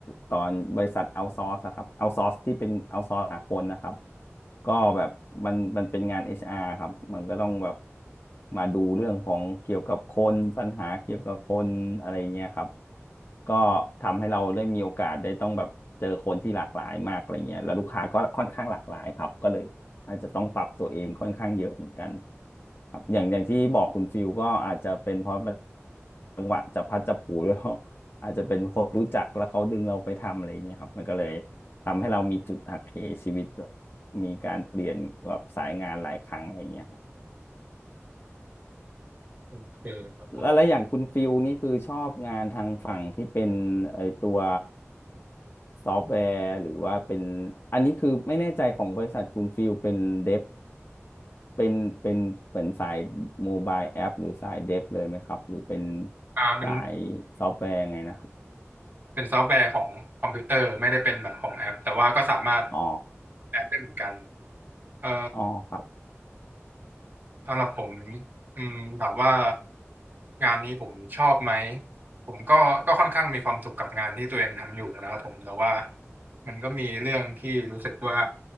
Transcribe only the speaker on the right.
โอเคครับผม
อ่าเป็น
เป็นซอฟต์แวร์ของคอมพิวเตอร์ไม่ได้เป็นแบบของแอปแต่ว่าก็สามารถ
แอปได้เหมือนกันเอ่อ
สำหรับผมอืมถามว่างานนี้ผมชอบไหมผมก็ก็ค่อนข้างมีความสุขกับงานที่ตัวเองทำอยู่นะครับผมแต่ว่ามันก็มีเรื่องที่รู้สึกว่า